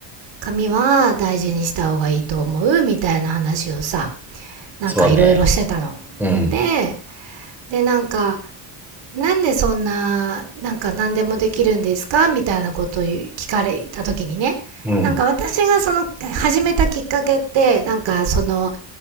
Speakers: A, on the right (about 70°); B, in the centre.
A: 髪は大事にした方がいいと思うみたいな話をさ、なんかいろいろしてたの。
B: そうね。うん、
A: で、で、なんか、なんでそんな、なんか何でもできるんですかみたいなことを聞かれた時にね。
B: うん。
A: なんか私がその始めたきっかけって、なんかその